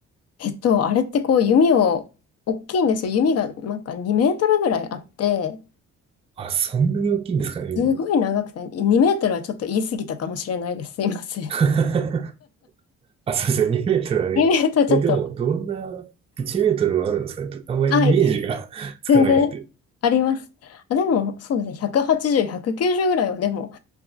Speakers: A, on the left (about 55°); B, on the right (about 20°).
A: えっと、あれってこう弓を、大きいんですよ。弓がなんか2メートルぐらいあって、
B: あ、そんなに大きいんですかね、
A: すごい長くて、
B: 今。
A: 2メートルはちょっと言い過ぎたかもしれないです。すいません。
B: <laughs> あ、そうですよ、2メートルあれ。
A: 2メートルちょっと、
B: え、でも、どんな、1メートルはあるんですかねあんまりイメージが
A: はい、
B: <laughs> つかなくて。
A: 全然あります。あ、でも、そうですね、180、190ぐらいはでも、